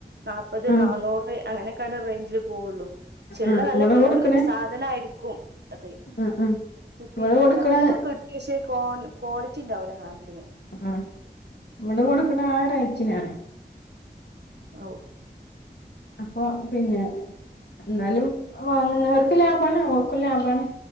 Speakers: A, on the right; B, on the left.
A: നാപ്പത്
B: ആഹ്
A: നന്നൂറ് അങ്ങനെയൊക്കെയാണ് റൈഞ്ചില് പോവൊള്ളു ക്ഷെ ഇള്ളെ
B: ആഹ്
A: നല്ല
B: ഇങ്ങള് കൊടുക്കണേ
A: സാധനായിരിക്കും അത്
B: ആഹ് ആഹ്
A: ഇപ്പെ
B: ഇവള്
A: ഇരുന്നൂറ്റി
B: കൊടുക്കണ
A: അറുവെയി നൊക്കെ കി പക്ഷെ ക്വാൺ ക്വാളിറ്റി ഇണ്ടാവൂല സാനത്തിന്.
B: ആഹ് ഇവിടെ കൊട്ക്ക്ണ ആ റൈറ്റിനാണ്.
A: ഔഹ്
B: അപ്പൊ പിന്നെ. ഇന്നാലും വാങ്ങ്ന്നവർക്ക് ലാഭാണ്. ഓൾക്കും ലാഭാണ്.